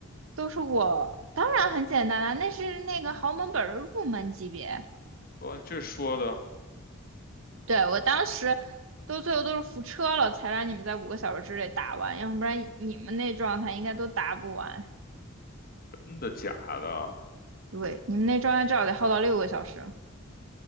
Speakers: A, on the right; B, on the left.
A: 都是我，当然很简单了，那是那个豪门本儿的入门级别。
B: 哇，你这说的
A: 对，我当时都最后都是扶车了，才让你们在五个小时之内打完，要不然你们那状态应该都打不完。
B: 真的假的？
A: 对，你们那状态至少得耗到六个小时。